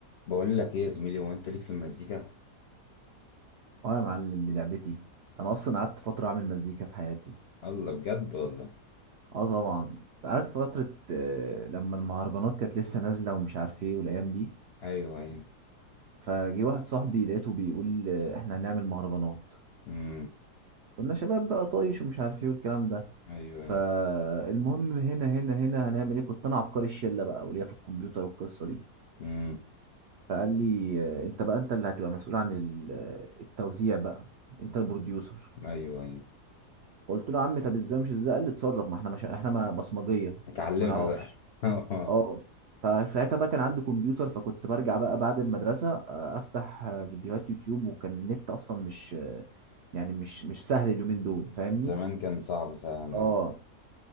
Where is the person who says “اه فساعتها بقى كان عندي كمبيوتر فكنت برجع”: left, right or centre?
Right